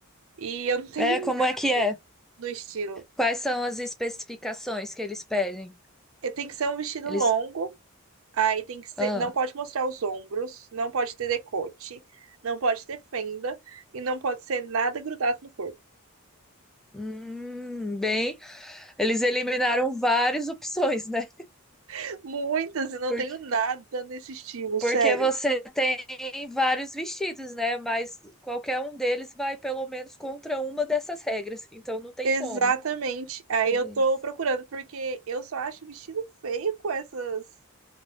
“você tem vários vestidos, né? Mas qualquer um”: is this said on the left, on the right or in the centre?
Centre